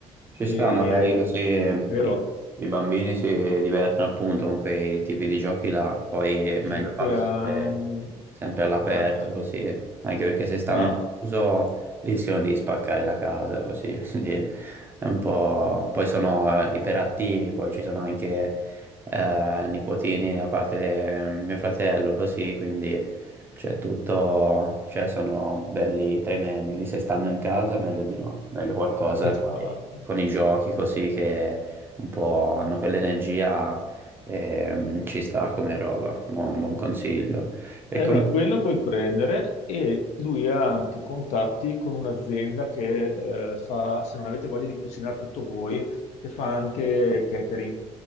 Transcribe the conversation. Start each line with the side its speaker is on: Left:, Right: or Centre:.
Right: Ci
Left: e-
Right: sta, magari così eh,
Left: vero?
Right: i i bambini si divertono appunto con quei tipi di giochi là, poi è meglio
Left: 5
Right: farlo
Left: anni,
Right: sempre, sempre all'aperto
Left: ah, ah,
Right: così, anche perché se stanno
Left: bra-
Right: al chiuso rischiano di spaccare la casa così, <laughs> quindi è un po'... Poi sono eh, iperattivi, poi ci sono anche eh, nipotini da parte di mio fratello così, quindi c'è tutto, cioè sono belli tremendi, quindi se stanno in casa meglio di no, meglio qualcosa
Left: esatto.
Right: poi con i giochi così che un po' hanno quell'energia ehm, ci sta come roba, buon, buon consiglio. E
Left: Allora,
Right: come...
Left: quello puoi prendere e lui ha anche contatti con un'azienda che eh, fa, se non avete voglia di cucinare tutto voi, che fa anche catering.